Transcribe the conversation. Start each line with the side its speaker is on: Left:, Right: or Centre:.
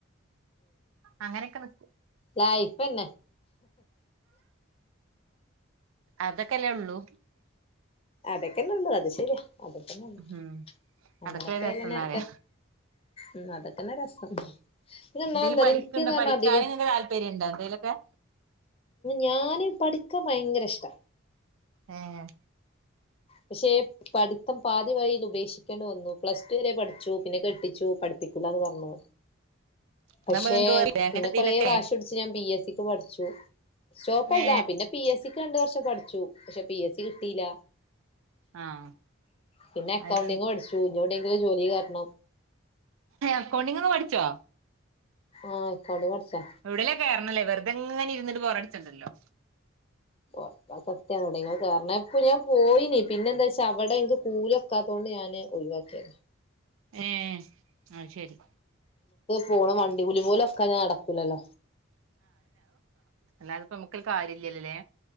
Right: അങ്ങനെയൊക്കെ നിക്കും
Left: ലൈഫെന്നെ
Right: ആ അതൊക്കെല്ലേ ഉള്ളൂ
Left: അതൊക്കെന്നുള്ളു അത് ശരിയാ അതൊക്കെന്നുള്ളു
Right: ഉം
Left: അങ്ങനെപ്പോലന്നെ
Right: അതൊക്കെ രസംന്നറിയാ
Left: ഉം അതൊക്കെന്നെ രസം പിന്നൊന്നാമതെന്താറിയൊ
Right: എന്തേലും പഠിക്ക്ണ്ടോ
Left: ഇൻക്ക് പർഞ്ഞാ
Right: പഠിക്കാന്
Left: അധികം
Right: ഇങ്ങക്ക് താല്പര്യണ്ടോ എന്തേലൊക്കെ
Left: ഞാന് പഠിക്കാൻ ഭയങ്കര ഇഷ്ടാ
Right: ഏഹ്
Left: പക്ഷെ പഠിത്തം പാതി വഴിയിൽ ഉപേക്ഷിക്കേണ്ടിവന്നു. പ്ലസ് ടു വരെ പഠിച്ചു. പിന്നെ കെട്ടിച്ചു. പഠി കിക്കൂലാന്ന് പറഞ്ഞോ? പക്ഷേ
Right: ന്നാവുമ്പോ നിങ്ങക്ക് വെറുതെ അങ്ങനെ
Left: പിന്നെ
Right: എന്തേലൊക്കെ
Left: കൊറെ വാശി പിടിച്ച് ഞാൻ ബി എസ് സി പഠിച്ചു. സ്റ്റോപ്പെഴുതാം
Right: ഏ
Left: പിന്നെ പി എസ് സി രണ്ടുവർഷം പഠിച്ചു. പക്ഷെ പി എസ് സി കിട്ടിയില്ല.
Right: ആഹ്
Left: പിന്നെ അക്കൗണ്ടിങ്
Right: അത് ശരി
Left: പഠിച്ചു. ഇനി എവിടെയങ്കിലും ജോലി കേറണം.
Right: അക്കൗണ്ടിങ്ങ്പഠിച്ചോ?
Left: ആഹ് അക്കൗണ്ടിങ് പഠിച്ചാ
Right: എവിടേലും കേറണല്ലേ വെറുതെ അങ്ങനെ ഇരുന്നിട്ട് ബോറടിച്ചൊണ്ടല്ലോ?
Left: <unintelligible> സത്യാണ് എവടെങ്കിലും കേറണം ഇപ്പൊ ഞാൻ പോയിനി പിന്നെ എന്താച്ചാ അവിടെ എനിക്ക് കൂലിയൊക്കാത്തോണ്ട് ഞാന് ഒഴിവാക്കിത.
Right: ഏ അത് ശരി.
Left: പോകണം. വണ്ടി കൂലി പോലും ഒക്കാതെഞ്ഞ നടക്കൂലല്ല
Right: എന്നാലിപ്പോ നമുക്ക് കാര്യം ഇല്ലല്ലല്ലേ